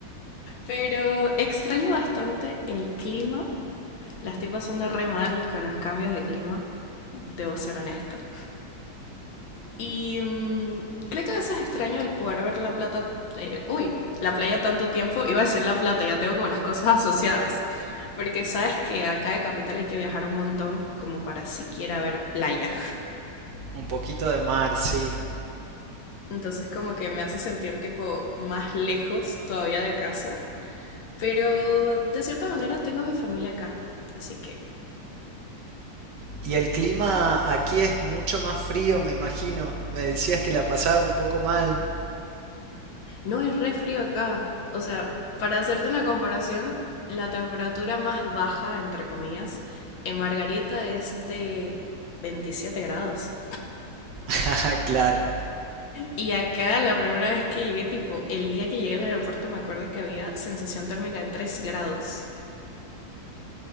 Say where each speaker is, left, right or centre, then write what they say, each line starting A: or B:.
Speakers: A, on the left; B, on the right.
A: Pero extraño bastante el clima la estoy pasando re mal con los cambios de clima, debo ser honesta. Y mm, creo que a veces extraño el poder ver la plata, eh, uy, la playa tanto tiempo, iba a decir la plata, ya tengo como las cosas asociadas. Porque sabes que acá de Capital hay que viajar un montón como para siquiera ver playa.
B: Un poquito de mar, sí.
A: Entonces como que me hace sentir tipo más lejos todavía de casa. Pero de cierta manera tengo a mi familia acá. Así que
B: Y el clima aquí es mucho más frío, me imagino. Me decías que la pasaba un poco mal.
A: No es re frío acá. O sea, para hacerte una comparación, la temperatura más baja, entre comillas, en Margarita es de 27 grados.
B: <laughs> Ah, Claro,
A: Y acá la primera vez que llegué, tipo, el día que llegué al aeropuerto me acuerdo que había sensación térmica de tres grados.